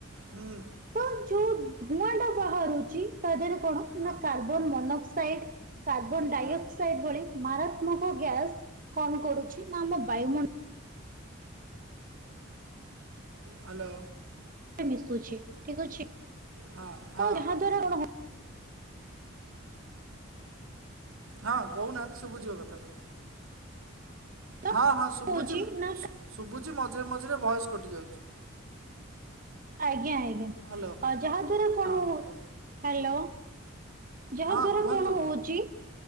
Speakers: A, on the right; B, on the right.
A: ହୁଁ
B: ତ ଯୋଉ ଧୂଆଁ ଟା ବାହାରୁଚି ତା ଦେହରେ କଣ
A: ହଁ
B: ନା କାର୍ବନ ମନଅକ୍ସାଇଡ କାର୍ବନ ଡାଇଅକ୍ସାଇଡ
A: ହଁ
B: ଭଳି ମାରାତ୍ମକ ଗ୍ୟାସ କଣ କରୁଛି ନା ଆମ ବାୟୁମଣ୍ଡ
A: ହାଲୋ।
B: ମିଶୁଛି ଠିକ ଅଛି।
A: ହଁ।
B: ତ
A: ହଁ
B: ଯାହାଦ୍ୱାରା
A: ହଁ।
B: କ'ଣ ହବ
A: ହଁ କହୁନାହାନ୍ତି ଶୁଭୁଛି ବ କଥା ସବୁ।
B: ତ
A: ହଁ-ହଁ ଶୁବୁଚି-ଶୁବୁଚି
B: ହଉଛି ନା
A: ମଝିରେ-ମଝିରେ ଭଏସ୍ କଟି ଯାଉଚି।
B: ଆଜ୍ଞା-ଆଜ୍ଞା
A: ହ୍ୟାଲୋ
B: ଅ ଯାହା ଦ୍ଵାରା କଣ,
A: ହଁ କୁହନ୍ତୁ
B: ହାଲୋ। ଯାହା
A: ହଁ
B: ଦ୍ୱାରା
A: କୁହନ୍ତୁ
B: କଣ ହଉଚି